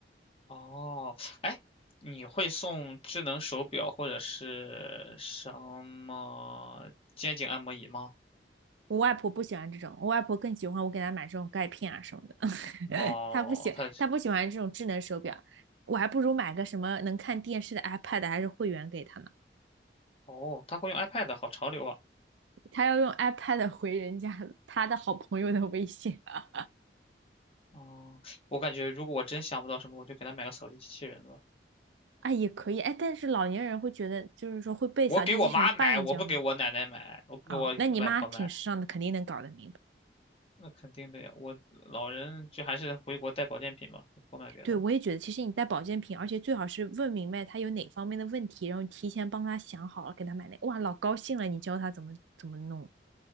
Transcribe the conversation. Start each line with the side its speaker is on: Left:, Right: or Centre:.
Left: 哦，哎，你会送智能手表或者是什么肩颈按摩椅吗？
Right: 我外婆不喜欢这种，我外婆更喜欢我给她买这种钙片啊什么的。
Left: 哦，
Right: 他不喜他不喜欢这种智能手表，
Left: 他
Right: 我还不如买个什么能看电视的 iPad 还是会员给他呢。
Left: 哦，他会用 iPad，好潮流啊！
Right: 他要用 iPad 回人家他的好朋友的微信 <laughs> 啊，
Left: 哦，我感觉如果我真想不到什么，我就给他买个扫地机器人吧。
Right: 哎也可以哎，但是老年人会觉得就是说会被扫地机器人绊一跤吗？
Left: 我给我妈买，我不给我奶奶买，我不给我外婆买，
Right: 哦，那你妈挺时尚的，肯定能搞得明白。
Left: 那肯定的呀。我老人就还是回国带保健品吧，就不买别的了。
Right: 对，我也觉得，其实你带保健品，而且最好是问明白他有哪方面的问题，然后提前帮他想好了给他买那。哇，老高兴了，你教他怎么怎么弄。